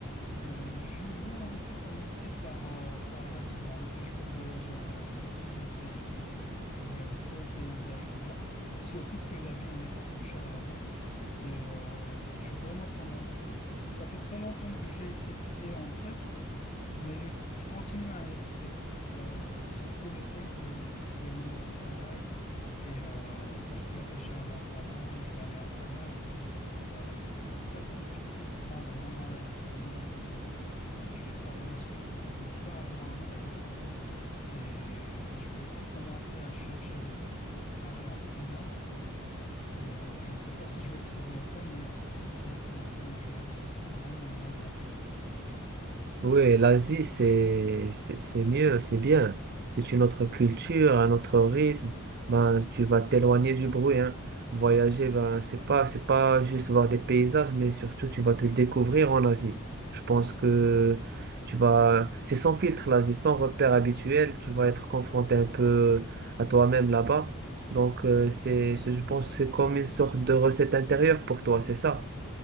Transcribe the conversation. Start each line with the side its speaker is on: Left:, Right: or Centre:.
Left: Euh, je veux en effet commencer par, euh, par l'Asie. En effet, je veux voyager en Asie. Il y a plusieurs pays qui, où il y a de beaux paysages là-bas. Surtout que la vie n'est pas trop chère là-bas. Et euh, je veux vraiment commencer. Ça fait très longtemps que j'ai cette idée en tête. Mais je, je continue à hésiter, Euh, surtout le fait que actuellement je travaille et euh, je suis attaché à mon travail, je gagne un salaire. Euh, c'est très difficile de prendre vraiment la décision vu que je vais par la suite ne pas avoir un salaire et je vais aussi commencer à chercher des- du travail en freelance. Euh, je ne sais pas si je vais le trouver ou pas, mais ça serait, quand- comme tu as dit, ça serait vraiment une aventure.
Right: Oui, l'Asie, c'est, c'est c'est mieux, c'est bien. C'est une autre culture, un autre rythme. Ben, tu vas t'éloigner du bruit, hein. Voyager, ben, c'est pas, c'est pas juste voir des paysages, mais surtout, tu vas te découvrir en Asie. Je pense que tu vas, c'est sans filtre, l'Asie, sans repère habituel. Tu vas être confronté un peu à toi-même là-bas. Donc, euh, c'est, c'est- je pense, que c'est comme une sorte de recette intérieure pour toi, c'est ça?